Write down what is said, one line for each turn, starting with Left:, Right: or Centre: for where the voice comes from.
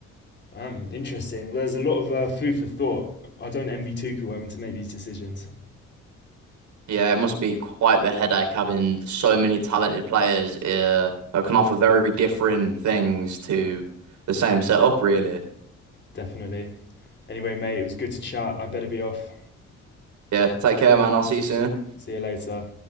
Left: Damn, interesting. Well, There's a lot of uh, food for thought. I don't envy Tuchel having to make these decisions.
Right: Yeah, it must be quite the headache having so many talented players uh, that can offer very different things to the same setup, really.
Left: Definitely. Anyway, mate, it was good to chat. I better be off.
Right: Yeah, take care, man. I'll see you soon.
Left: See you later.